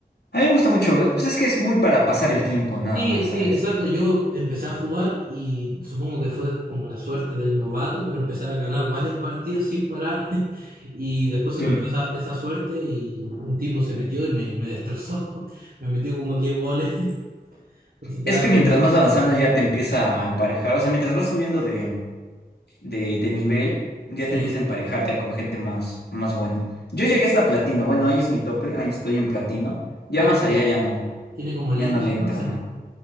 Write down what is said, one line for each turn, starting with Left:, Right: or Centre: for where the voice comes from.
Left: A mí me gusta mucho, pues es que es muy para pasar el tiempo nada
Right: Sí,
Left: más,
Right: sí,
Left: ¿sabes?
Right: exacto, yo empecé a jugar y supongo que fue como la suerte del novato, pero empecé a ganar varias <laughs> partidas sin parar <laughs> y después se
Left: Sí.
Right: me fue esa, esa suerte y un tipo se metió y me, me destrozó, <laughs> me metió como 10 goles, <laughs> entonces te
Left: Es
Right: da
Left: que
Right: como...
Left: mientras más avanzando ya te empieza a emparejar, o sea, mientras vas subiendo de, de, de nivel, ya
Right: Sí,
Left: te empieza a emparejar ya con gente más, más buena. Yo llegué hasta platino, bueno, ahí es mi tope, ahí estoy en platino. Ya
Right: Ah,
Left: más
Right: entonces,
Left: allá ya no.
Right: tiene como
Left: Ya
Right: ligas
Left: no le
Right: entonces.
Left: entro, man.